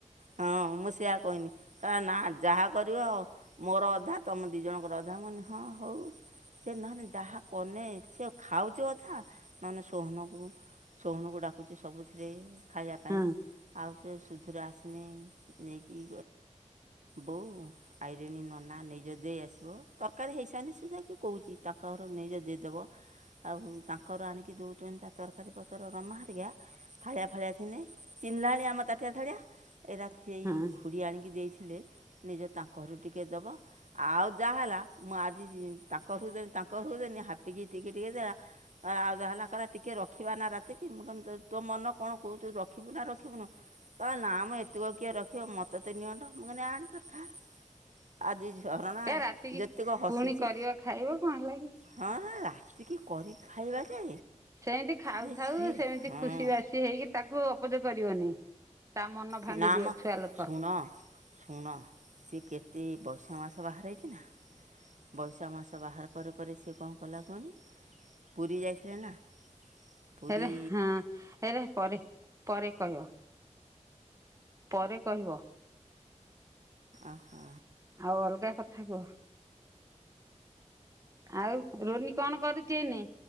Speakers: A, on the right; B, on the right.
A: ହଁ, ମୁଁ ସେଆ କହିନି ନା ଯାହା କରିବ ମୋର ଅଧା ତମ ଦି ଜଣଙ୍କର ଅଧା, ମୁ କହିନି ହଁ ହଉ ସେ ନହେଲେ ଯାହା କନେ ସେ ଖାଉଛୁ ଅଧା, ନହେଲେ ସୋହନକୁ ସୋହନକୁ ଡାକୁଛି ସବୁଥିରେ। ଖାଇବା ପାଇଁ
B: ହଁ
A: ଆଉ ସେ ସୁଧୁର ଆସିନି ନେଇକି ବୋଉ। ଆଇଲେଣି ନନା ନେଇଜ ଦେଇ ଆସିବ ତରକାରୀ ହେଇସାଇନେ ସୁଧା ବି କହୁଛି ତାଙ୍କ ଘର ନେଇଜା ଦେଇଦେବ। ଆଉ ତାଙ୍କର ଆଣିକି ଦୋଉଛନ୍ତି ଯାହା ତରକାରୀ ପତର ରମା ଥାଳିଆ ଫାଳିଆ ଥିନେ ଚିହ୍ନିଲାଣି ଆମ ତାଟିଆ ଥାଳିଆ ଏ ସେଇ
B: ହଁ
A: ଖୁଡ଼ି ଆଣିକି ଦେଇଥିଲେ ନେଇଯ ତାଙ୍କ ଘରୁ ଟିକେ ଦବ। ଆଉ ଯାହା ହେଲା ମୁଁ ଆଜି ତାଙ୍କ ଘରୁ ତାଙ୍କ ଘରକୁ ଦେନି ହାପି କି ଟିକେ ଟିକେ ଦେଲା ଆ ଆଉ ଯାହା ହେଲା ଟିକେ ରଖିବା ନା ରାତିକି ମୁଁ ତୋ ମନ କଣ କହୁଛି ତୁ ରଖିବୁ ନା ରଖିବୁନୁ? କ ନା ମ ଏତକ କିଏ ରଖିବ ମତେ ତ ନିଅଣ୍ଟ ମୁଁ କହିନି ଆଣେ ତୋର ଖା। ଆଜି ଝରଣା
B: ଏ ରାତିକି
A: ଯେତିକ ହସିଛି।
B: ପୁଣି କରିବ ଖାଇବ କଣ ହେଲା କି
A: ହଁ ରାତି କିି କରିିକି ଖାଇବା ଯେ
B: ସେମତି ଖାଉଥାଉ
A: ଯେ ସିଏ
B: ସେମିତି
A: ହଁ
B: ଖୁସି ବାସି ହେଇକି ତାକୁ ଅପୋଜ କରିବନେଇ। ତା ମନ ଭାଙ୍ଗିଯିବ
A: ନା ମ
B: ଛୁଆ ଲୋକ।
A: ଶୁଣ ଶୁଣ ସିଏ କେତେ ବୈଶାଖ ମାସ ବାହାରେ ରହିଚି ନା। ବୈଶାଖ ମାସ ବାହାର ପରେ ପରେ ସେ କଣ କଲା କୁହନି ପୁରୀ ଯାଇଥିଲେ ନା ପୁରୀ
B: ଏରେ ହଁ ଏରା ପରେ ପରେ କହିବ। ପରେ କହିବ।
A: ଆହା।
B: ଆଉ ଅଲଗା କଥା କୁହ। ଆଉ ରୋନି କଣ କରୁଚି ଏଇନେ?